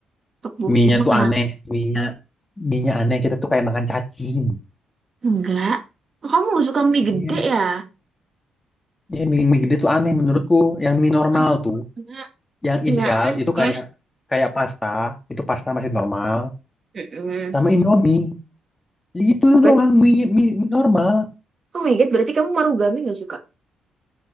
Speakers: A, on the right (about 40°); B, on the left (about 20°).
A: tteokbokki.
B: mie-nya
A: Emang
B: tuh
A: kenapa?
B: aneh. Mie-nya mie-nya aneh. Kita tuh kayak makan cacing.
A: Enggak. Oh, kamu nggak suka mie gede
B: Iya,
A: ya?
B: ya mie, mie gede tuh aneh menurutku. Yang mie normal
A: Aku
B: tuh.
A: enggak,
B: Yang
A: enggak
B: ideal
A: aneh.
B: itu kayak kayak pasta, itu pasta masih normal,
A: Mm-mm.
B: sama Indomie. Itu
A: Bet-
B: doang mie, mie, mie normal.
A: Oh my God, berarti kamu marugame nggak suka?